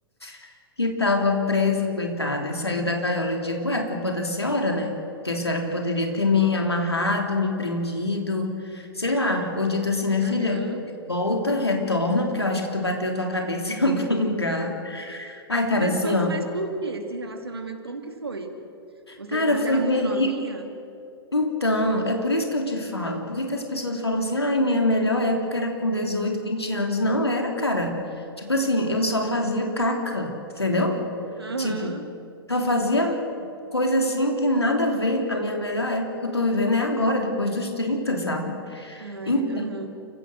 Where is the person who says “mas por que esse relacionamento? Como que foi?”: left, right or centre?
Right